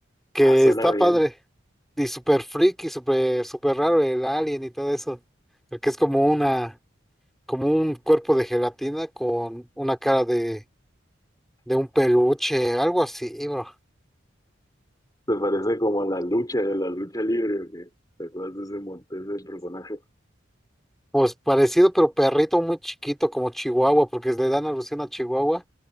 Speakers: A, in the centre; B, on the left (about 20°).
A: que
B: Ah, suena
A: está
B: bien.
A: padre. Y súper freaky, súper, súper raro el alien y todo eso. Porque es como una, como un cuerpo de gelatina con una cara de, de un peluche, algo así, bro.
B: ¿Te parece como la lucha de la lucha libre o qué? ¿Te acuerdas de ese, mon- de ese personaje?
A: Pues parecido, pero perrito muy chiquito, como Chihuahua, porque le dan alusión a Chihuahua.